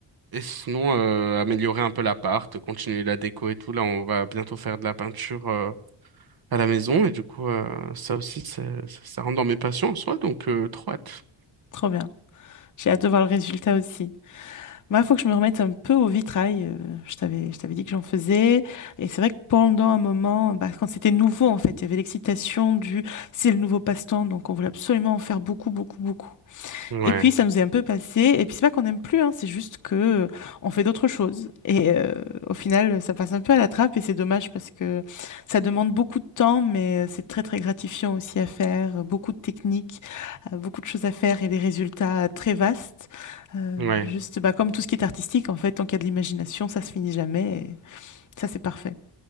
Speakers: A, on the right (about 50°); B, on the left (about 40°).
A: Et sinon, euh, améliorer un peu l'appart, continuer la déco et tout. Là, on va bientôt faire de la peinture euh, à la maison. Et du coup, euh, ça aussi, ça, ça, ça rentre dans mes passions en soi. Donc, euh, trop hâte.
B: trop bien. J'ai hâte de voir le résultat aussi. Moi, il faut que je me remette un peu au vitrail. euh, je t'avais, je t'avais dit que j'en faisais. Et c'est vrai que pendant un moment, bah, quand c'était nouveau, en fait, il y avait l'excitation du... C'est le nouveau passe-temps, donc on voulait absolument en faire beaucoup, beaucoup, beaucoup.
A: Ouais,
B: Et puis ça nous est un peu passé. Et puis c'est pas qu'on n'aime plus, hein, c'est juste que euh, on fait d'autres choses. Et euh, au final, ça passe un peu à la trappe et c'est dommage parce que ça demande beaucoup de temps, mais euh, c'est très très gratifiant aussi à faire. euh, Beaucoup de techniques, euh, beaucoup de choses à faire et des résultats euh, très vastes. Euh,
A: ouais,
B: juste bah, comme tout ce qui est artistique, en fait, tant qu'il y a de l'imagination, ça se finit jamais. Et ça c'est parfait.